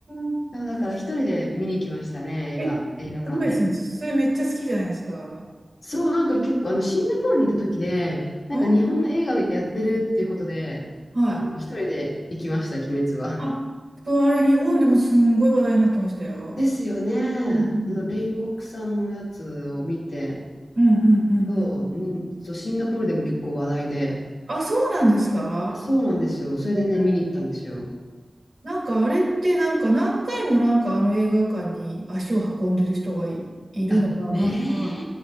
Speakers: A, on the right; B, on the left.
A: ん
B: だから一人で見に行きましたね、映画、
A: え、す
B: 映画館で。
A: ごいですね。それめっちゃ好きじゃないですか。
B: そう、なんか結構あのシンガポールにいた時で、なんか日本の映画をやってるっていうことで、
A: あー、はい。
B: あの一人で行きました、鬼滅は。
A: あ、そう、あれ、日本でもすんごい話題になってましたよ。
B: ですよね。
A: うん
B: あの煉獄さんのやつを見て、
A: うんうんうんうんうん。
B: そう、うんそうシンガポールでも結構話題で、
A: あ、そうなんですか
B: そうなんですよ。それでね、
A: ね
B: 見に行ったんですよ。
A: なんかあれってなんか何回もなんかあの映画館に足を運んでる人がい、いるのがなんか、
B: あ、ね